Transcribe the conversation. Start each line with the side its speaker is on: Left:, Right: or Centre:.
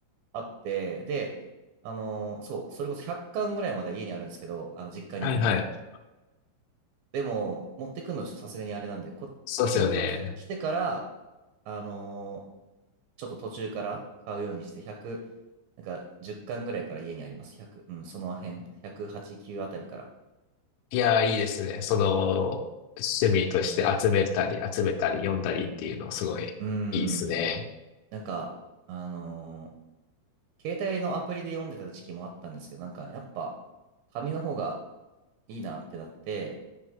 Right: あって、で、あのーそう、それこそ100巻ぐらいまでは家にあるんですけど、あの、実家に。
Left: はいはい。
Right: でも、持ってくんのちょっとさすがにあれなんで、こ、
Left: そうですよね。
Right: 東京来て、来てから、あのーちょっと途中から買うようにして、100、なんか10巻ぐらいから家にあります。100、うん、その辺、108、9あたりから。
Left: いやー、いいですね。その、趣味として集めたり、集めたり、読んだりっていうの、すごいいいですね。
Right: うーん、なんか、あのー携帯のアプリで読んでた時期もあったんですけど、なんかやっぱ紙の方がいいなってなって、